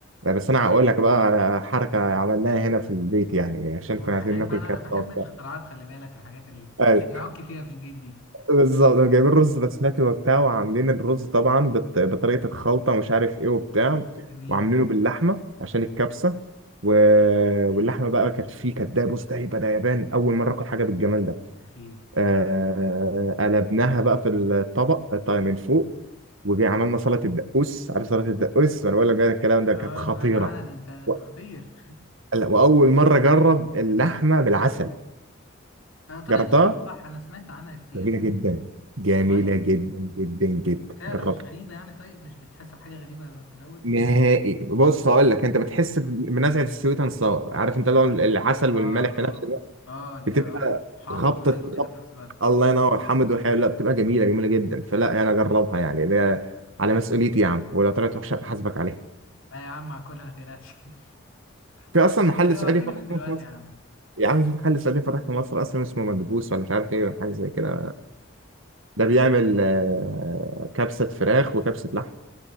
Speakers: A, on the right; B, on the left.
A: آه، بس انا هقول لك بقى على حركه عملناها هنا في البيت يعني عشان
B: واحب
A: كنا عايزين ناكل
B: انا
A: كبسه
B: بحب
A: وبتاع
B: الاختراعات خلي بالك الحاجات ال-
A: أيوة.
B: اللي بنعك فيها في البيت دي
A: بالظبط جايبين رز بسمتي وبتاع وعاملين الرز طبعا بت- بطريقة الخلطة ومش عارف ايه وبتاع
B: جميل
A: وعاملينه باللحمة عشان الكبسة و... واللحمة بقى كانت فيه كانت ده بص ده يبقى ده يابان أول مرة آكل حاجة بالجمال ده
B: يا سيدي
A: آه... قلبناها بقى في الطبق طيب من فوق وجي عملنا سلطة الدقوس عارف سلطة الدقوس وأنا بقول لك بقى الكلام
B: اه
A: ده كانت خطيرة
B: سمعت عنها ده انت ده انت
A: و...
B: خطير
A: وأول مرة أجرب اللحمة بالعسل
B: آه طلعت
A: جربتها
B: حلوه صح انا سمعت عنها كتير
A: جميلة
B: بس
A: جدا
B: مش عارف.
A: جميلة
B: والله
A: جدا جدا جدا
B: فعلا
A: جربت
B: مش غريبه يعني طيب مش بتحس بحاجه غريبه في الاول
A: نهائي بص هقول لك انت بتحس بنزعه السويت اند ساور عارف انت لو العسل
B: اه
A: والملح
B: اه
A: في نفس الوقت
B: اه لا
A: بتبقى
B: اه حامض
A: خبطه
B: وحلو
A: خبط
B: كده في نفس الوقت اه
A: الله ينور حمد وحلو لا بتبقى جميله جميله جدا فلا انا يعني اجربها يعني لا على مسؤوليتي يا عم ولو طلعت وحشه بحاسبك عليها
B: لا يا عم هاكلها ما تقلقش <laughs>
A: في اصلا
B: ده
A: محل
B: انت جوعتني
A: سعودي فتح
B: من دلوقتي
A: في مصر
B: يا عم
A: يا عم في محل سعودي فتح في مصر اصلا اسمه مدبوس ولا مش عارف ايه ولا حاجه زي كده ده بيعمل آه، كبسه فراخ وكبسه لحم